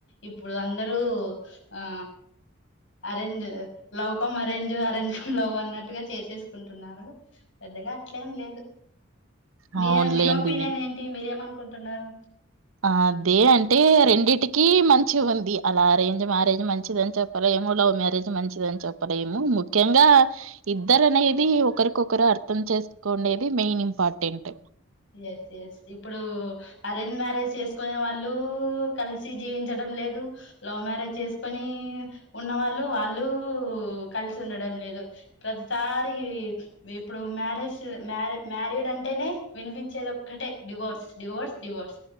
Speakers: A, on the left (about 65°); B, on the right (about 85°).
A: ఇప్పుడు అందరూ ఆ arrange love cum arrange arrange cum love అన్నట్టుగా చేసేసుకుంటున్నారు పెద్దగా అట్లేం లేదు మీ
B: అవునులేండి.
A: మీ ఒపీనియన్ ఏంటి మీరేమనుకుం టున్నారు
B: అదే అంటే రెండిటికి మంచి ఉంది అలా అరేంజ్ మ్యారేజ్ మంచిదని చెప్పలేము లవ్ మ్యారేజ్ మంచిదని చెప్పలేము ముఖ్యంగా ఇద్దరు అనేది ఒకరికొకరు అర్థం చేసుకోండేది మెయిన్ ఇంపార్టెంట్
A: ఎస్ ఎస్ ఇప్పుడు అరేంజ్ మ్యారేజ్ చేసుకునే వాళ్ళు ఊ కలిసి జీవించడం లేదు లవ్ మ్యారేజ్ చేసుకొని ఉన్నవాళ్ళు వాళ్ళు కలిసి ఉండడం లేదు ప్రతిసారి ఇప్పుడు మ్యారేజ్ మ్యార మ్యారీడ్ అంటేనే వినిపించేది ఒక్కటే divorce divorce divorce